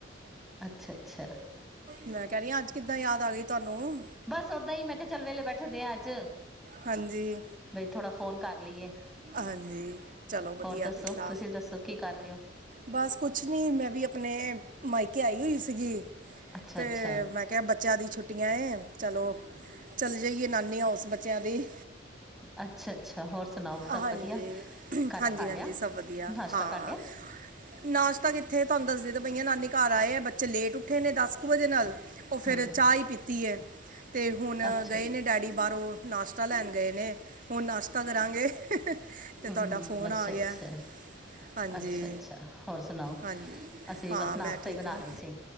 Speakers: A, in the centre; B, on the right (about 45°).
A: ਅੱਛਾ ਅੱਛਾ।
B: ਮੈਂ ਕਹਿ ਰਹੀ ਹਾਂ ਅੱਜ ਕਿੱਦਾਂ ਯਾਦ ਆ ਗਈ ਤੁਹਾਨੂੰ।
A: ਬਸ ਓਦਾਂ ਹੀ ਮੈਂ ਕਿਹਾ ਚੱਲ ਵੇਲੇ ਬੈਠੇ ਦੇ ਆਂ ਅੱਜ
B: ਹਾਂਜੀ।
A: ਬਈ ਥੋੜਾ ਫੋਨ ਕਰ ਲਈਏ।
B: ਹਾਂਜੀ ਚਲੋ ਵਧੀਆ
A: ਹੋਰ ਦੱਸੋ
B: ਕੀਤਾ
A: ਤੁਸੀਂ ਦੱਸੋ ਕੀ ਕਰ ਰਹੇ ਹੋ
B: ਬਸ ਕੁਛ ਨੀ ਮੈਂ ਵੀ ਆਪਣੇ ਮਾਈਕੇ ਆਈ ਹੋਈ ਸੀਗੀ
A: ਅੱਛਾ
B: ਤੇ
A: ਅੱਛਾ
B: ਮੈਂ ਕਿਹਾ ਬੱਚਾ ਬੱਚਿਆਂ ਦੀ ਛੁੱਟੀਆਂ ਹੈ ਚਲੋ ਚੱਲ ਜਾਈਏ ਨਾਨੀ ਹੁੳਸ ਬੱਚਿਆਂ ਦੀ
A: ਅੱਛਾ ਅੱਛਾ ਹੋਰ ਸੁਣਾਓ ਸਭ
B: ਹਾਂਜੀ
A: ਵਧੀਆ ਖਾਣਾ
B: ਹਾਂਜੀ
A: ਖਾ ਲਿਆ
B: ਹਾਂਜੀ ਸਭ ਵਧੀਆ
A: ਨਾਸ਼ਤਾ
B: ਹਾਂ
A: ਕਰ ਲਿਆ
B: ਨਾਸ਼ਤਾ ਕਿੱਥੇ ਤੁਹਾਨੂੰ ਦੱਸਦੀ ਤੇ ਬਈ ਨਾਨੀ ਘਰ ਆਏ ਹੈ ਬੱਚ ਬੱਚੇ ਲੇਟ ਉੱਠੇ ਨੇ ਦਸ ਕੁ ਵਜੇ ਨਾਲ ਉਹ ਫਿਰ
A: ਹੂੰ
B: ਚਾਹ ਹੀ ਪੀਤੀ ਹੈ ਅਤੇ ਹੁਣ
A: ਅੱਛਾ
B: ਗਏ
A: ਅੱਛਾ
B: ਨੇ ਡੈਡੀ ਬਾਹਰੋਂ ਨਾਸ਼ਤਾ ਲੈਣ ਗਏ ਨੇ ਹੁਣ ਨਾਸ਼ਤਾ ਕਰਾਂਗੇ। <unintelligible> ਤੇ
A: ਹੂੰ
B: ਤੁਹਾਡਾ
A: ਹੂੰ
B: ਫੋਨ
A: ਅੱਛਾ
B: ਆ
A: ਅੱਛਾ
B: ਗਿਆ ਹਾਂਜੀ
A: ਅੱਛਾ ਅੱਛਾ ਹੋਰ ਸੁਣਾਓ
B: ਹਾਂਜੀ
A: ਅਸੀਂ
B: ਹਾਂ
A: ਬਸ ਨਾਸ਼ਤਾ
B: ਮੈਂ ਠੀਕ
A: ਹੀ ਬਣਾ
B: ਹਾਂ
A: ਰਹੇ ਸੀ